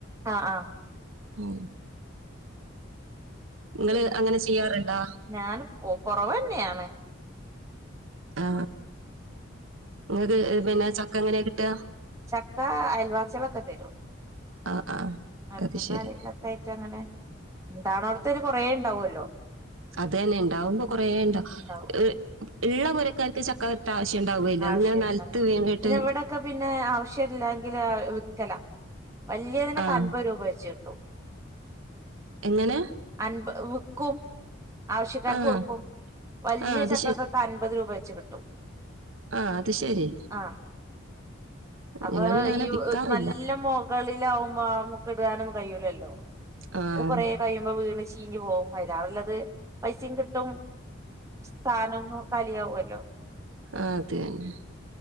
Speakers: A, on the right; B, on the right.
A: ആ ആ
B: ഉം നിങ്ങള്
A: പി
B: അങ്ങനെ ചെയ്യാറുണ്ടാ
A: ഞാൻ കൊറവന്നെയാണ്
B: ആ നിങ്ങക്ക് പിന്നെ ചക്ക എങ്ങനെയ കിട്ടാ
A: ചക്ക അയൽവാസികളെക്കെ തരും
B: ആ ആ
A: അത്തന്നരയിലൊക്കെ
B: അത് ശരി
A: ആയിട്ട് അങ്ങനെ ഇണ്ടാണോടത്തന്നെ കൊറെ ഇണ്ടാവല്ലോ
B: അതെന്നെ ണ്ടാവുമ്പോ കൊറേ ണ്ടാ.
A: ഉണ്ടാവും
B: ഹ് ള്ള പോരക്കാർക്ക് ചക്ക ആവശ്യം ഉണ്ടാവുകയില്ല
A: ആവശ്യണ്ടാ
B: അതിങ്ങനെ നിലത്ത് വീണിട്ട്
A: പിന്നെ ഇവിടൊക്കെ പിന്നെ ആവശ്യമല്ലങ്കില് വിക്കല വല്യേനൊക്കെ
B: ആഹ്
A: അമ്പത് രൂപ വെച്ച് കിട്ടും
B: എങ്ങനെ
A: അൻപ വിക്കും ആവശ്യക്കാർക്ക്
B: ആഹ്
A: കൊടുക്കും വല്യ
B: ആഹ് അത്
A: ചക്കക്കൊക്കെ അൻപത് രൂപ വെ വെച്ച് കിട്ടും
B: ആ അത് ശരി
A: ആഹ് അപ്പൊ
B: ഞങ്ങൾ പിന്നെ അങ്ങനെ
A: ഈ
B: വിക്കാറില്ല
A: നല്ല മുകളിലാവുമ്പൊ ആമുക്ക്‌ടാനൊന്നും കഴിയുലല്ലോ
B: ആഹ്
A: അഹ് കൊറെ കഴിയുമ്പോ വീണ് ചീഞ്ഞി പോകും. അയിലേറെല്ലത് പൈസയും കിട്ടും. സ്ഥാനൊന്നോ കലിയാവൊല്ലോ
B: ആ അത് തന്നെ